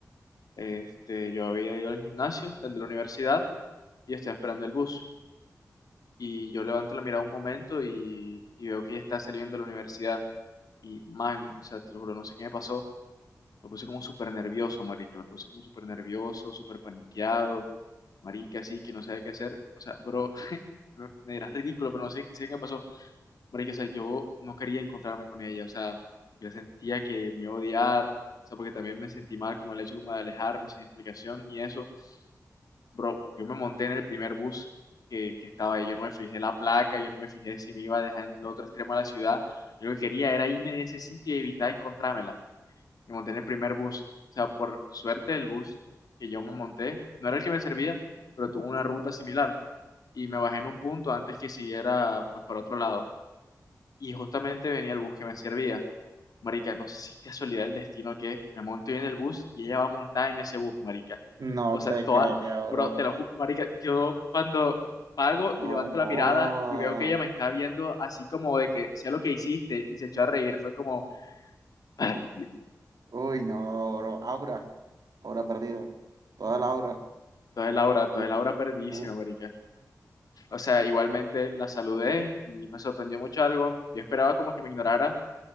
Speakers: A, on the left (about 75°); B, on the right (about 80°).
A: este, yo había ido al gimnasio desde la universidad y estaba esperando el bus. Y yo levanto la mirada un momento y, y veo que ella está saliendo de la universidad. Y man, o sea, te lo juro, no sé qué me pasó Me puse como súper nervioso, marica. Me puse como súper nervioso, súper paniqueado. Marica, así que no sabía qué hacer. O sea, bro, <laughs> no- me dirás ridículo, pero no sé, sé qué pasó. Marica, o sea, yo no quería encontrarme con ella. O sea, yo sentía que me iba a odiar. O sea, porque también me sentí mal como el hecho como de alejarme sin explicación ni eso. Bro, yo me monté en el primer bus que, que estaba ahí. Yo no me fijé la placa, yo no me fijé si me iba a dejar en el otro extremo de la ciudad. Yo lo que quería era irme de ese sitio y evitar encontrármela. Me monté en el primer bus. O sea, por suerte el bus que yo me monté, no era el que me servía, pero tuvo una ruta similar. Y me bajé en un punto antes que siguiera pues para otro lado. Y justamente venía el bus que me servía. Marica, no sé si es casualidad el destino que me monté en el bus y ella va montada en ese bus, marica.
B: No
A: O sea,
B: te
A: toda,
B: creo,
A: bro,
B: bro.
A: te lo juro, marica, yo cuando pago
B: No
A: y levanto la
B: jodas.
A: mirada y veo que ella me está viendo así como de que sea lo que hiciste y se echó a reír, fue como... <laughs>
B: Uy, no, bro. Aura. Aura perdida. Toda la aura.
A: Entonces Laura, entonces
B: Uh,
A: Laura perdísima,
B: uh,
A: marica. O sea, igualmente la saludé y me sorprendió mucho algo. Yo esperaba como que me ignorara,